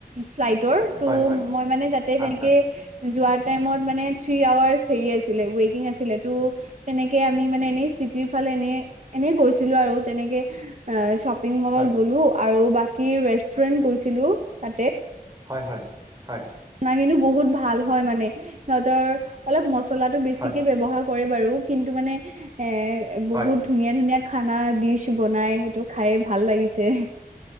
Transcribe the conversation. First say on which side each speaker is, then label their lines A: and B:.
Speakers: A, on the right; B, on the right.
A: ফ্লাইটৰ ত'
B: হয় হয়
A: মই মানে তাতে
B: আচ্ছা
A: তেনেকে যোৱা টাইমত মানে থ্ৰী আৱাৰ্চ হেৰি আছিলে ৱেটিং আছিলে টো তেনেকে আমি মানে এনেই চিটিৰ ফালে এনেই এনেই গৈছিলো আৰু তেনেকে অ', শ্বপিং মলত
B: হয়
A: গ'লো আৰু বাকী কি ৰেষ্টুৰেন্ট গৈছিলো তাতে
B: হয়, হয়। হয়
A: কিন্তু বহুত ভাল হয় মানে সিহঁতৰ অলপ মচলাটো বেছিকে
B: হয়
A: ব্যৱহাৰ কৰে বাৰু কিন্তু মানে এ
B: হয়
A: বহুত ধুনীয়া ধুনীয়া খানা ডিচ বনাই সেইটো খাই ভাল লাগিছে